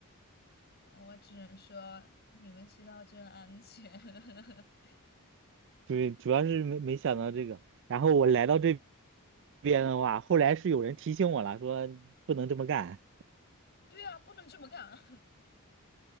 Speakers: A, on the left; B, on the right.
A: 我只能说你们学校真安全。<laughs>
B: 对，主要是没没想到这个。然后我来到这边的话，后来是有人提醒我了，说不能这么干。
A: 对啊，不能这么干，